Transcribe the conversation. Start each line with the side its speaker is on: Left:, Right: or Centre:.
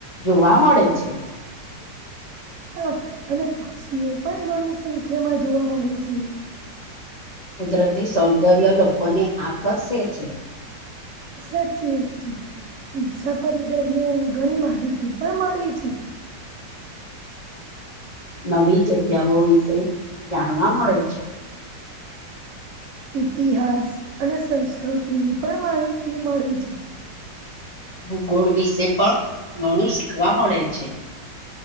Left: જોવા મળે છે
Right: હા અને પક્ષીઓ પણ ઘણી સંખ્યા માં જોવા મળે છે
Left: કુદરતી સૌંદર્ય લોકોને આકર્ષે છે
Right: સાચી વાતચી મુસાફરી દરમિયાન ઘણી માહિતી પણ મળી છે
Left: નવી જગ્યાઓ વિશે જાણવા મળે છે
Right: ઇતિહાસ અને સંસ્કૃતિની પણ માહિતી મળે છે
Left: ભૂગોળ વિશે પણ ઘણું શીખવા મળે છે